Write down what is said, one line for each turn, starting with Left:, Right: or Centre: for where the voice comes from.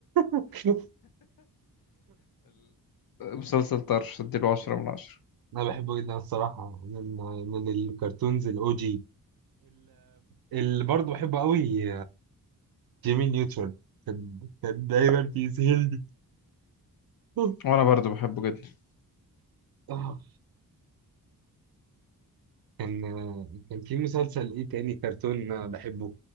Right: <laughs>
Left: المسلسل طرش اديله عشرة من عشرة
Right: أنا بحبه جدا الصراحة من من الكرتونز الأو جي اللي برضه بحبه قوي جيمي نيوترون كان كان دايما بيذهلني <laughs>
Left: وأنا برضو بحبه جدا
Right: آه. كان كان في مسلسل ايه تاني كرتون بحبه